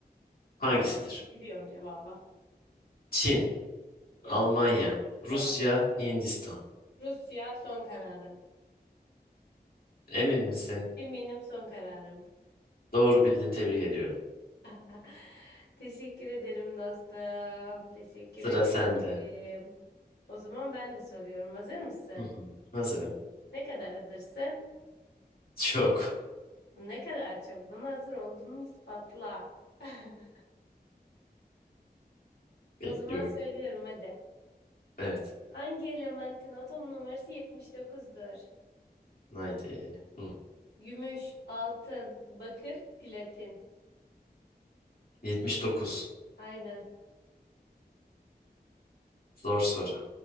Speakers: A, on the left; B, on the left.
A: hangisidir?
B: Tamam. Biliyorum cevabı.
A: Çin,
B: Yok.
A: Almanya,
B: Yok.
A: Rusya, Hindistan.
B: Rusya son kararım.
A: Emin misin?
B: Eminim son kararım.
A: Doğru bildiğini tebrik ediyorum.
B: <laughs> Teşekkür ederim dostum. Teşekkür
A: Sıra
B: ederim.
A: sende.
B: O zaman ben de soruyorum. Hazır mısın?
A: Hı hı. Hazırım.
B: Ne kadar hazırsın?
A: <laughs> Çok.
B: Ne kadar çok buna hazır olduğunu ispatla. <laughs>
A: Bekliyorum.
B: O zaman söylüyorum hadi.
A: Evet.
B: Hangi elementin atom numarası yetmiş dokuzdur?
A: Haydi. Hı.
B: Gümüş, altın, bakır, platin.
A: 79.
B: Aynen.
A: Zor soru.